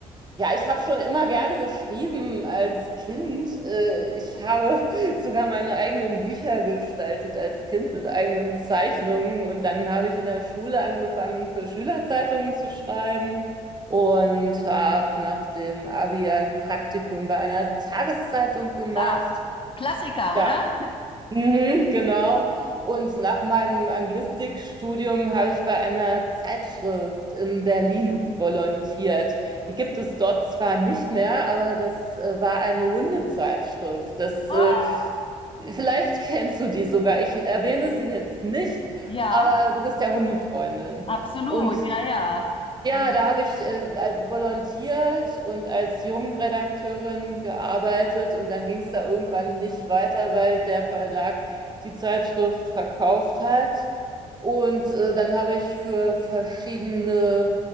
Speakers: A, on the right; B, on the left.
A: Ja, ich habe schon immer gerne geschrieben als Kind. Äh, Ich habe <laughs> sogar meine eigenen Bücher gestaltet als Kind mit eigenen Zeichnungen. Und dann habe ich in der Schule angefangen, für Schülerzeitungen zu schreiben und habe nach dem Abi ein Praktikum bei einer Tageszeitung gemacht.
B: Ah, Klassiker,
A: Ja,
B: oder?
A: Mhm, genau. Und nach meinem Anglistikstudium habe ich bei einer Zeitschrift in Berlin volontiert. Die gibt es dort zwar nicht mehr, aber das äh, war eine Hundezeitschrift. Das,
B: Oh,
A: äh, vielleicht kennst du die sogar. Ich erwähne sie jetzt nicht,
B: ja,
A: aber du bist ja Hundefreundin.
B: absolut,
A: Und
B: ja, ja.
A: ja,
B: Äh,
A: da habe ich äh, als volontiert und als Jungredakteurin gearbeitet und dann ging es da irgendwann nicht weiter, weil der Verlag die Zeitschrift verkauft hat. Und äh, dann habe ich für verschiedene